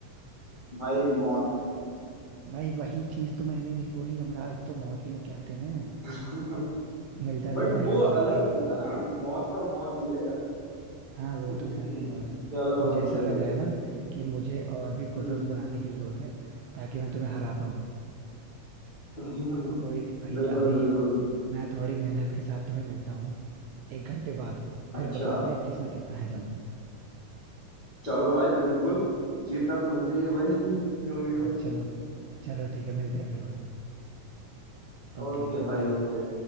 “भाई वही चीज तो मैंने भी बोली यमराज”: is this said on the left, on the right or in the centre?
Right